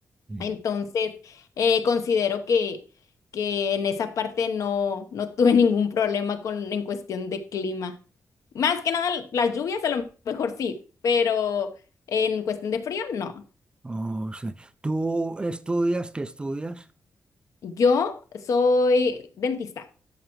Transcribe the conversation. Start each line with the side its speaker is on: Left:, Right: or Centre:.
Right: <laughs>
Left: Entonces, eh, considero que, que en esa parte no, no <laughs> tuve ningún problema con, en cuestión de clima. Más que nada, las lluvias a lo mejor sí, pero en cuestión de frío, no.
Right: Oh, sí. ¿Tú estudias? ¿Qué estudias?
Left: Yo soy dentista.